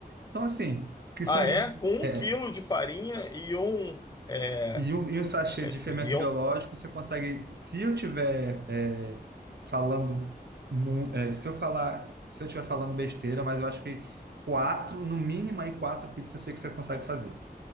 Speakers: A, on the right; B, on the left.
A: Então assim, que
B: Ah,
A: são os-
B: é? Com um
A: é,
B: quilo de farinha e um, é,
A: e o, e o sachê
B: é,
A: de fermento
B: e
A: biológico,
B: um,
A: você consegue, se eu tiver é, falando, mu- é, se eu falar, se eu tiver falando besteira, mas eu acho que quatro, no mínimo aí quatro pizzas eu sei que você consegue fazer.